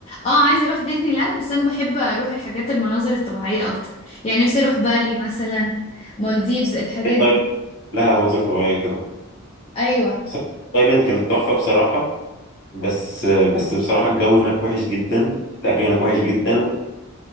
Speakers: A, on the left; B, on the left.
A: اه عايزه اروح ديزني لاند بس انا بحب اروح الحاجات المناظر الطبيعيه اكتر يعني نفسي اروح بالي مثلا مالديفز الحاجات
B: هي تايلاند
A: دي.
B: لها مناظر طبيعيه كده
A: ايوه
B: بس تايلاند كانت تحفه بصراحه بس بس بصراحه الجو هناك وحش جدا الاكل هناك وحش جدا